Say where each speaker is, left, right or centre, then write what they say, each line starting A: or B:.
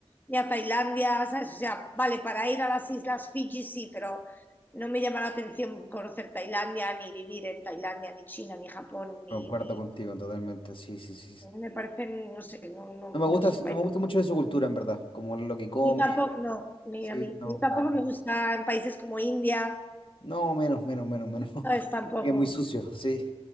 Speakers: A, on the left (about 15°); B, on the left (about 55°).
A: Ni a Tailandia, ¿sabes? O sea, vale, para ir a las islas Fiji sí, pero no me llama la atención conocer Tailandia, ni vivir en Tailandia, ni China, ni Japón, ni,
B: Concuerdo
A: ni-
B: contigo totalmente, sí, sí, sí. sí.
A: me parecen, no sé, no, no,
B: No
A: no
B: me gusta,
A: son países.
B: no me gusta mucho de su cultura, en verdad. Como lo que come,
A: Ni tampoco, no, ni
B: sí,
A: a mí,
B: no,
A: ni tampoco
B: nada.
A: me gusta en países como India,
B: No, menos, menos, menos, menos. <laughs>
A: ¿sabes? Tampoco.
B: Que es muy sucio, sí.